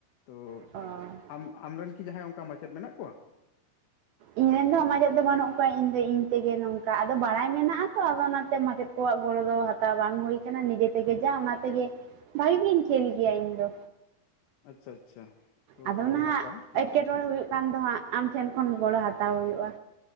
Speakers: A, on the left; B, on the right.
A: ᱛᱚ
B: ᱚ
A: ᱟᱢ ᱟᱢᱨᱮᱱ ᱠᱤ ᱡᱟᱦᱟᱸᱭ ᱚᱱᱠᱟ ᱢᱟᱪᱮᱫ ᱢᱮᱱᱟᱜ ᱠᱚᱣᱟ?
B: ᱤᱧᱨᱮᱱ ᱫᱚ ᱢᱟᱪᱮᱫ ᱫᱚ ᱵᱟᱱᱩᱜ ᱠᱚᱣᱟ ᱤᱧ ᱫᱚ ᱤᱧ ᱛᱮᱜᱮ ᱱᱚᱝᱠᱟ ᱟᱫᱚ ᱵᱟᱲᱟᱭ ᱢᱮᱱᱟᱜ ᱛᱚ ᱟᱫᱚ ᱚᱱᱟᱛᱮ ᱢᱟᱪᱮᱫ ᱟᱠᱚᱣᱟᱜ ᱜᱚᱲᱚ ᱫᱚ ᱦᱟᱛᱟᱣ ᱵᱟᱝ ᱦᱩᱭ ᱠᱟᱱᱟ ᱱᱤᱡᱮ ᱛᱮᱜᱮ ᱡᱟ ᱚᱱᱟ ᱛᱮᱜᱮ ᱵᱷᱟᱜᱤ ᱜᱤᱧ ᱠᱷᱮᱞ ᱜᱮᱭᱟ ᱤᱧ ᱫᱚ᱾
A: ᱟᱪᱪᱷᱟ ᱟᱪᱪᱷᱟ ᱛᱚ
B: ᱟᱫᱚ
A: ᱟᱹᱰᱤ
B: ᱱᱟᱦᱟᱜ
A: ᱱᱟᱯᱟᱭ ᱢᱚᱴᱟᱢᱩᱴᱤ
B: ᱮᱴᱠᱮᱴᱚᱬᱮ ᱦᱩᱭᱩᱜ ᱠᱟᱱ ᱫᱚ ᱦᱟᱸᱜ ᱟᱢ ᱴᱷᱮᱱ ᱠᱷᱚᱱ ᱜᱚᱲᱚ ᱦᱟᱛᱟᱣ ᱦᱩᱭᱩᱜ-ᱟ